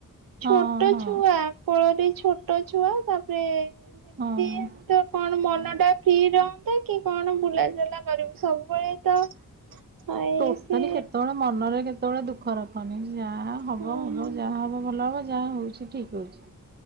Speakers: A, on the right; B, on the right.
A: ଛୋଟ
B: ହଁ ହଁ।
A: ଛୁଆ କୋଳରେ ଛୋଟ ଛୁଆ ତାପରେ ଏମିତିମ
B: ହଁ।
A: କଣ ମନଟା ଫ୍ରି ରହୁନ୍ତା କି କଣ ବୁଲାଚୁଲା କରିବୁ ସବୁବେଳେ। ତ ଏଇ
B: ଟୋଟାଲି
A: ସେ
B: କେତୋବୋଳେ ମନରେ କେତୋବୋଳେ ଦୁଃ ଦୁଃଖରଖନି ଯାହା ହବ
A: ହଁ
B: ହବ ଯାହା ହବ ଭଲ ହବ ଯାହା ହେଉଚି। ଠିକ୍ ହୋଉଚି